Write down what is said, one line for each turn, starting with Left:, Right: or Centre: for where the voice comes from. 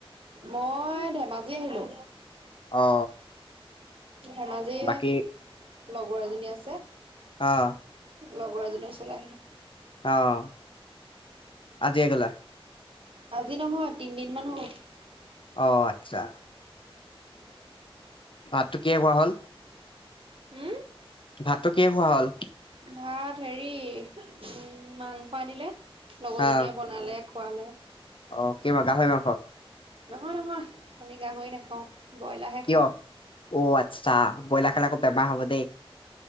Right: মই ধেমাজি আহিলোঁ।
Left: অ
Right: ধেমাজি
Left: বাকী
Right: লগৰ এজনী আছে।
Left: অ'।
Right: লগৰ এজনী চলাই আহিল।
Left: অ'। আজিয়ে গ'লা
Right: আজি নহয় তিনদিন মান হ'ল।
Left: অ' আচ্ছা। ভাতটো কিহে খোৱা হ'ল?
Right: হু?
Left: ভাতটো কিহে খোৱা হ'ল?
Right: ভাত হেৰি উম, মাংস আনিলে, লগৰজনীয়ে
Left: অ
Right: বনালে। খুৱালে।
Left: অ' কিমা গাহৰি মাংস?
Right: নহয় নহয়, আমি গাহৰি নাখাওঁ, ব্ৰইলাৰহে
Left: কিয়
Right: খাওঁ।
Left: অ' আচ্ছা, ব্ৰইলাৰ খালা আকৌ বেমাৰ হ'ব দেই।